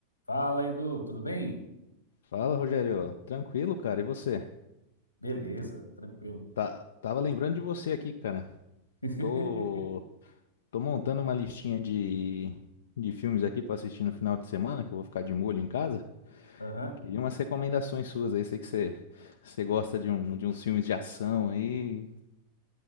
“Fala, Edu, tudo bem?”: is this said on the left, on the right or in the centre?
Left